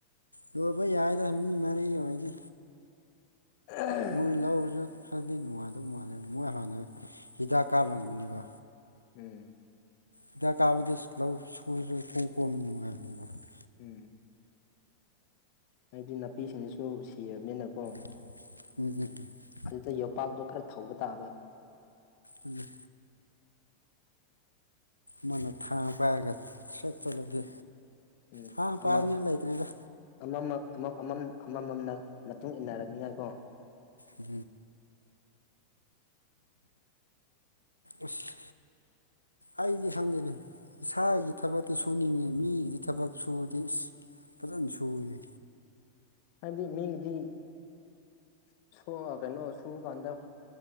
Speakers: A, on the left (about 90°); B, on the left (about 45°).
A: ꯂꯣꯏꯕ ꯌꯥꯏꯗ ꯃꯤ ꯃꯔꯤ ꯑꯣꯏꯔꯗꯤ
B: <unintelligible>
A: ꯃꯣꯏ ꯂꯧꯔꯖꯨ ꯈꯔꯗꯤ ꯅꯨꯡꯉꯥꯏꯗꯧ ꯃꯥꯜꯂꯦ ꯃꯣꯏ ꯍꯥꯟꯅ ꯍꯤꯗꯥꯛ ꯀꯥꯞꯂꯝꯕꯅꯦꯕ
B: ꯎꯝ
A: ꯍꯤꯗꯥꯛ ꯀꯥꯞꯕꯗꯤ ꯂꯧ ꯁꯔꯖꯨ ꯏꯀꯣꯝ ꯀꯣꯝꯕꯅꯝ ꯅꯨꯡꯉꯥꯏꯕꯅꯦꯕ
B: ꯎꯝ ꯍꯥꯏꯗꯤ ꯅꯥꯄꯤꯁꯤꯡꯗꯨꯁꯨ ꯁꯤꯔꯕꯅꯤꯅꯀꯣ
A: <unintelligible>
B: ꯑꯗꯨꯗꯤ ꯌꯣꯄꯥꯛꯇꯣ ꯈꯔ ꯊꯧꯕ ꯇꯥꯕ
A: ꯎꯝ ꯃꯥꯅ ꯊꯥꯡ ꯄꯥꯏꯔꯒ ꯁꯠ ꯆꯠꯂꯗꯤ
B: ꯎꯝ
A: ꯊꯥꯡ ꯄꯥꯏꯅꯤꯡꯉꯥꯏ
B: ꯑꯃ
A: ꯂꯩꯇ꯭ꯔꯦꯗ
B: ꯑꯃꯅ ꯑꯃ ꯑꯃꯃꯝꯅ ꯃꯇꯨꯡ ꯏꯟꯅꯔꯝꯅꯤꯉꯥꯏꯀꯣ
A: ꯎꯝ ꯑꯁ ꯑꯩꯗꯤ ꯁꯪꯗꯦꯅꯦ ꯏꯁꯥꯒꯤ ꯊꯕꯛꯇꯤ ꯁꯨꯅꯤꯡꯉꯦ ꯃꯤꯒꯤꯗꯤ ꯊꯕꯛ ꯁꯨꯗꯤ ꯏꯁ ꯐꯖꯅ ꯁꯨꯏꯅꯦ
B: ꯍꯥꯏꯕꯗꯤ ꯃꯤꯒꯤꯗꯤ <unintelligible> ꯀꯩꯅꯣ ꯁꯨꯕ ꯀꯥꯟꯗ